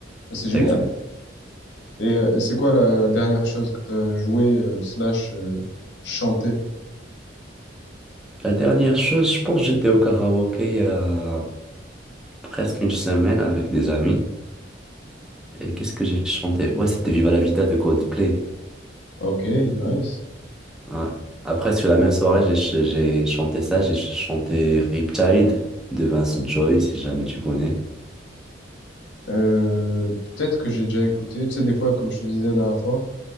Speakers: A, on the left; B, in the centre.
A: Bah, C'est génial.
B: Exact.
A: Et euh, c'est quoi la, la dernière chose que t'as joué euh, slash euh, chanté?
B: La dernière chose, je pense que j'étais au karaoké. euh, presque une semaine avec des amis. Et qu'est-ce que j'ai chanté? Ouais, c'était Viva la Vida de Coldplay.
A: Ok, nice.
B: Ouais. Après, sur la même soirée, j'ai ch- j'ai chanté ça. J'ai chanté Riptide de Vince Joy, si jamais tu connais.
A: Euh, peut-être que j'ai déjà écouté. Tu sais, des fois, comme je te disais la dernière fois.